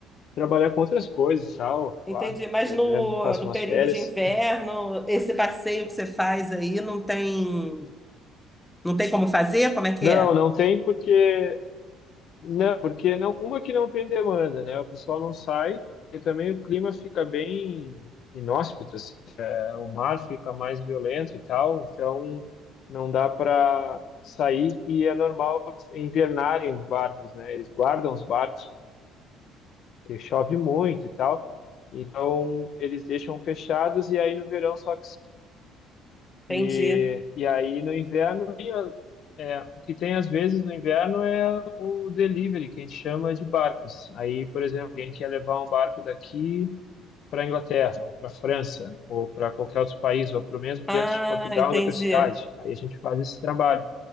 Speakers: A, on the left; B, in the centre.
A: trabalhar com outras coisas, tal, sei
B: Entendi.
A: lá,
B: Mas
A: da
B: no,
A: grana, faço
B: no
A: umas
B: período
A: férias.
B: de inverno, esse passeio que você faz aí não tem Não tem como fazer? Como é que
A: Não,
B: é?
A: não tem porque não, porque não, uma que não tem demanda, né? O pessoal não sai e também o clima fica bem inóspito, assim. É, o mar fica mais violento e tal, então não dá para sair e é normal invernarem os barcos, né? Eles guardam os barcos porque chove muito e tal. Então eles deixam fechados e aí no verão só que E,
B: Entendi.
A: e aí no inverno, e, a- é, o que tem às vezes no inverno é o delivery, que a gente chama de barcos. Aí, por exemplo, alguém quer levar um barco daqui para a Inglaterra, ou para a França, ou para qualquer outro país, ou para mesmo
B: Ah,
A: dentro de Portugal,
B: entendi.
A: em outra cidade. Aí a gente faz esse trabalho.